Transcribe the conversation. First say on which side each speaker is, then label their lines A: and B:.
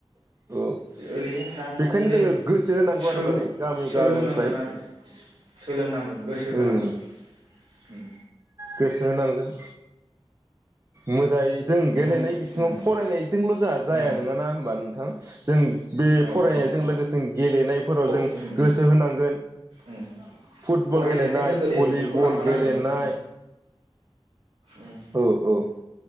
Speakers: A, on the right; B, on the right.
A: औ
B: ओरैनो थायालासेनो
A: बेखायनो जोङो गोसो होनांगौ
B: सो-सोलोंनांगोन
A: आरो माने गामि गालोनिफ्राय
B: आरो सोलोंनांगोन गोसो होनांगोन।
A: उम
B: ओम
A: गोसो होनांगोन मोजाङै जों गेलेनाय
B: मो उम
A: बिथिङाव फरायनाय जोंलाय जाया जाया
B: उम
A: नङा ना होमबा नोंथां जों बे
B: औ
A: फरायनायजों
B: औ औ
A: लोगोसे गेलेनायफोराव
B: फ
A: जों
B: उम उम
A: गोसो होनांगोन
B: उम
A: फुटबल
B: फरायनायजों
A: गेलेनाय
B: लोगोसे
A: भलिबल
B: बेखौ लांफानांगोन
A: गेलेनाय
B: उम उम
A: औ औ